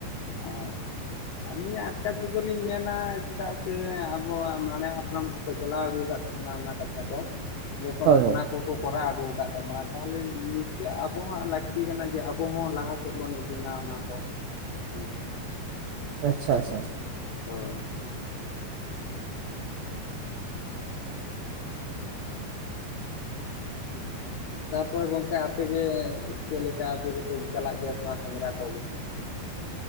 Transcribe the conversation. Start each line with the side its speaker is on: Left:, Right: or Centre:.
Left: ᱚᱸᱜᱻ ᱟᱹᱞᱤᱧᱼᱟᱜ ᱟᱴᱠᱟᱨ ᱛᱮᱫᱚ ᱞᱤᱧ ᱢᱮᱱᱟ, ᱪᱮᱫᱟᱜ ᱥᱮ ᱟᱵᱚᱣᱟᱜ ᱢᱟᱨᱮ ᱦᱟᱯᱲᱟᱢ ᱠᱚ ᱠᱚ ᱪᱟᱞᱟᱣ ᱟᱹᱜᱩ ᱠᱟᱫ ᱛᱟᱵᱚᱱᱟ ᱚᱱᱟ ᱠᱟᱛᱷᱟ ᱠᱚ ᱡᱚᱠᱷᱚᱱ
Right: ᱦᱳᱭ ᱦᱳᱭ
Left: ᱚᱱᱟ ᱠᱚ ᱠᱚ ᱠᱚᱨᱟᱣ ᱟᱹᱜᱩ ᱠᱟᱫ ᱛᱟᱵᱚᱱᱟ ᱛᱟᱦᱚᱞᱮ ᱱᱤᱥᱪᱳᱭ ᱟᱵᱚᱣᱟᱜ ᱞᱟᱹᱠᱛᱤ ᱠᱟᱱᱟ ᱡᱮ ᱟᱵᱚ ᱦᱚᱸ ᱞᱟᱦᱟ ᱥᱮᱫ ᱵᱚᱱ ᱤᱫᱤ ᱢᱟ ᱚᱱᱟ ᱠᱚ ᱩᱱ ᱠᱚ
Right: ᱟᱪᱪᱷᱟ
Left: ᱦᱳᱭ
Right: ᱟᱪᱪᱷᱟ
Left: ᱦᱳᱭ ᱾ <unintelligible> ᱛᱟᱨᱯᱚᱨᱮ ᱜᱚᱝᱠᱮ ᱟᱯᱮᱜᱮ ᱪᱮᱫ ᱞᱮᱠᱟ ᱟᱯᱮ ᱜᱮᱯᱮ ᱪᱟᱞᱟᱜ ᱜᱮᱭᱟ ᱥᱮ ᱵᱟᱝ ᱥᱮᱸᱫᱽᱨᱟ ᱠᱚᱜᱮ?